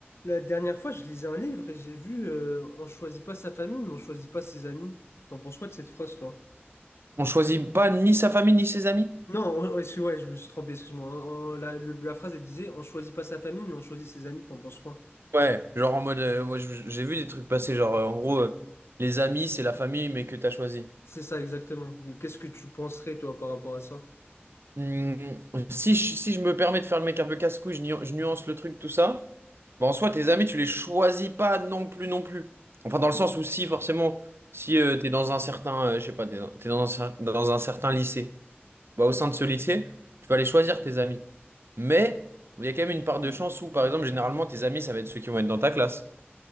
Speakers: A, on the left; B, on the right.
A: La dernière fois, je lisais un livre et j'ai vu euh, on choisit pas sa famille, mais on choisit pas ses amis. T'en penses quoi de cette phrase, toi?
B: On choisit pas ni sa famille ni ses amis?
A: Non, on- on- excuse, ouais, je me suis trompé, excuse-moi. On- on- la, le- la phrase, elle disait on choisit pas sa famille, mais on choisit ses amis. T'en penses quoi?
B: Ouais, genre en mode, euh, moi, je- j'ai vu des trucs passer, genre euh, en gros, euh, les amis, c'est la famille, mais que t'as choisi.
A: C'est ça, exactement. Mais Qu'est-ce que tu penserais, toi, par rapport à ça?
B: Hmm, si je, si je me permets de faire le mec un peu casse-couille, je, nu- je nuance le truc, tout ça. Bah, en soi, tes amis, tu les choisis pas non plus, non plus. Enfin, dans le sens où si, forcément, si euh, t'es dans un certain, euh, je sais pas, t'es dans, t'es dans un, cer- dans un certain lycée, bah, au sein de ce lycée, tu vas aller choisir tes amis. Mais il y a quand même une part de chance où, par exemple, généralement, tes amis, ça va être ceux qui vont être dans ta classe.